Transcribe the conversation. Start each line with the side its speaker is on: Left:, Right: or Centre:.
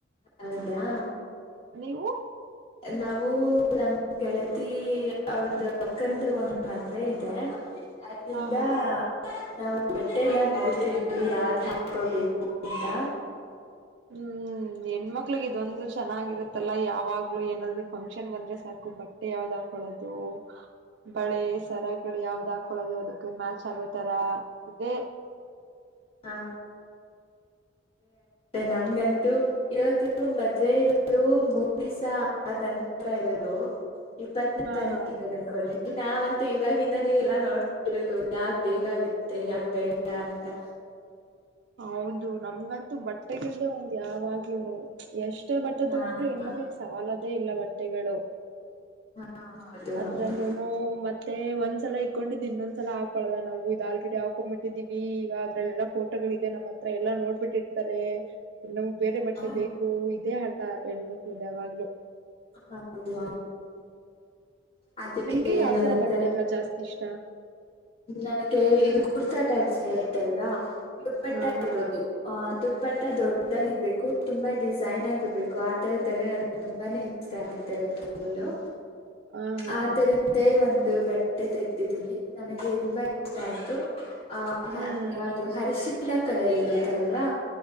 Left: ಹೌದಾ
Right: ನೀವು
Left: ನಾವು ನಮ ಗೆಳತಿ ಅವ್ರ್ದ ಅಕ್ಕನ ಒಂದ್ ಮದುವೆ ಇದೆ ಅದ್ರಿಂದ
Right: ಹಾ ಹಾ
Left: ನಾವು ಬಟ್ಟೆಲ್ಲ ನೋಡ್ತಿದೀವಿ ಯಾವ್ದ್ ಹಾಕೋಬೇಕು ಅಂತ
Right: ಹ್ಮ್ ಹೆಣ್ಮಕ್ಳಿಗೆ ಇದೊಂದು ಚೆನ್ನಾಗಿರತ್ತಲ್ಲ ಯಾವಾಗ ಏನಾದ್ರು ಫಂಕ್ಷನ್ ಬಂದ್ರೆ ಸಾಕು ಬಟ್ಟೆ ಯಾವ್ದ್ ಹಾಕೊಳ್ಳೋದು ಬಳೆ ಸರಗಳು ಯಾವ್ದ ಹಾಕಳೊದು ಅದಕ್ ಮ್ಯಾಚ್ ಆಗೋತರ ಇದೇ
Left: ಹಾ ಸೆ ನಮ್ಗಂತೂ ಇರೋದು ಮದವೆ ಇರೋದು ಮೂರ ದಿವಸ ನಂತರ ಇರೋದು ಇಪ್ಪತ್ತನೇ
Right: ಹಾ
Left: ತಾರೀಕ
Right: ಹಾ
Left: ಇರೋದು ನಾವಂತೂ ಇವಾಗಿಂದಾನೇ ಎಲ್ಲಾ ನೋಡ್ತಿರೋದು ಯಾವ್ದ್ ಬೇಕತ್ತ ಮತ್ತೆ ಯಾಕ ಬೇಡ ಅಂತಾ
Right: ಹೌದು ನಮ್ಗಂತೂ ಬಟ್ಟೆಗಲ್ದೆ ಒಂದು ಯಾವಾಗ್ಲೂನು ಎಷ್ಟ <unintelligible> ಬಟ್ಟೆ
Left: ಹಾ
Right: ತಗೊಂಡ್ರೆ ಹೆಣ್ಮಕ್ಳಕ್
Left: ಹಾ
Right: ಸಾಲೋದೇ ಇಲ್ಲ ಬಟ್ಟೆಗಳು
Left: ಹಾ ಹೌದು
Right: ಅದ್ರಲ್ಲೂ
Left: ಹೌದು
Right: ಮೆತ್ತೆ ಮತ್ತೆ ಒಂದ್ಸಲ ಇಕೊಂಡಿದ್ ಇನ್ನೊಂದ್ಸಲ ಹಾಕೊಳ್ಳಲ್ಲ ನಾವು ಇದ್ ಆಲ್ರೆಡಿ ಹಾಕೊಂಡ್ಬಿಟ್ಟಿದೀವಿ ಈಗ ಅದ್ರಲ್ಲ ಫೋಟೋಗಳ ಇದೆ ನಮ ಹತ್ರ ಎಲ್ಲಾ ನೋಡ್ಬಿಟ್ಟಿರ್ತಾರೆ ಇನ್ನ್ ಬೇರೆ ಬಟ್ಟೆ
Left: ಹೌದು
Right: ಬೇಕು ಹೂ ಇದೇ ಹಠ ಹೆಣ್ಮಕ್ಳು ದ ಯಾವಾಗ್ಲು
Left: ಹೌದು ಅದಕ್ಕೆ
Right: ನಿಮ್ಗೆ ಯಾವ್
Left: ನನ್ನ
Right: ತರ
Left: ಹತ್ರ
Right: ಬಟ್ಟೆ ಎಲ್ಲಾ ಜಾಸ್ತಿ ಇಷ್ಟಾ
Left: ನನಗೆ ಇದು ಕುರ್ತಾ ಟೈಪ್ಸ್ ಹೇಳುತ್ತೆ ಅಲ್ವಾ ದುಪ್ಪಟ್ಟ
Right: ಹಾ ಹಾ
Left: ಇರೋದು ಅಹ ದುಪ್ಪಟ್ಟ
Right: ಹಾ
Left: ದೊಡ್ಡಾಗಿರ್ಬೇಕು ತುಂಬಾ ಡಿಸೈನ್ ಆಗಿರ್ಬೇಕು ಆ ತರದ್ರೆ ನನಗೆ ತುಂಬಾನೇ ಇಷ್ಟ ಆಗಿತ್ತೆ <unintelligible>
Right: ಹಾ ಹಾ
Left: ಆ
Right: ಹಾ
Left: ತರದೇ ಒಂದು ಬಟ್ಟೆ ತೆಗ <unintelligible> ನನಗೆ ತುಂಬಾ ಇಷ್ಟ ಆಯ್ತು ಆ
Right: ಹ್ಮ್
Left: ಯ ಹಿ ಕಲ ಕಲರ್ ಇರತ್ತ ಅಲ್ವಾ